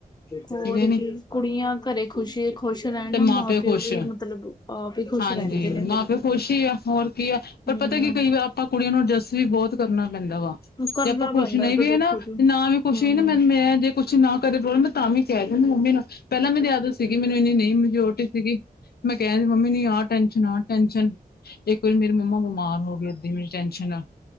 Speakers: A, on the left (about 80°); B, on the left (about 25°).
A: ਠੀਕ
B: ਹੋਰ
A: ਹੈ ਨੀ
B: ਕੀ। ਕੁੜੀਆਂ ਘਰੇ ਖੁਸ਼ੀ ਇਕ। ਖੁਸ਼ ਰੈਂਨ
A: ਤੇ
B: ਨਾ ਮਾਂ -ਪਿਓ
A: ਖੁਸ਼
B: ਵੀ
A: ਆ
B: ਮਤਲਬ, ਆਪ ਈ ਖੁਸ਼
A: ਹਾਂਜੀ
B: ਰੈਂਦੇ ਨੇ
A: ਮਾਂ
B: ਫਿਰ।
A: ਪਿਓ ਖੁਸ਼ ਹੀ ਆ ਹੋਰ ਕੀ ਆ ਪਰ
B: ਹੂੰ
A: ਪਤਾ ਕੀ ਕਈ ਵਾਰ ਆਪਾਂ ਕੁੜੀਆਂ ਨੂੰ, ਐਡਜਸਟ ਵੀ ਬੋਤ ਕਰਨਾ ਪੈਂਦਾ ਵਾ।
B: ਕਰਨਾ
A: ਜੇ ਆਪਾਂ ਖੁਸ਼
B: ਪੈਂਦਾ
A: ਨਈ
B: ਇਹ ਤਾਂ
A: ਵੀ
B: ਦੇਖੋ
A: ਏ ਨਾ,
B: ਜੀ
A: ਨਾ ਵੀ ਖੁਸ਼ੀ
B: ਹਮ
A: ਮੈਨ ਮੈ ਏ ਜੇ। ਕੁੱਛ ਨਾ ਘਰੇ ਬੋਲਣ ਮੈਂ ਤਾਂ ਵੀ ਕਹਿ ਦਿੰਦੀ ਮੰਮੀ ਨੂੰ, ਪਹਿਲਾਂ ਮੈਂਨੂੰ ਆਦਤ ਸੀਗੀ ਮੈਨੂੰ ਇੰਨੀ ਨਹੀਂ ਮਿਜਉਰਟੀ ਸੀਗੀ, ਮੈਂ ਕਹਿ ਦਿੰਦੀ, ਮੰਮੀ ਨੀ ਆਹ ਟੈਨਸ਼ਨ, ਆਹ ਟੈਂਨਸ਼ਨ। ਇੱਕ ਵਾਰੀ ਮੇਰੀ ਮੰਮਾ ਬਿਮਾਰ ਹੋ ਗਏ ਏਦਾ ਈ ਮੇਰੀ ਟੈਨਸ਼ਨ ਨਾਲ।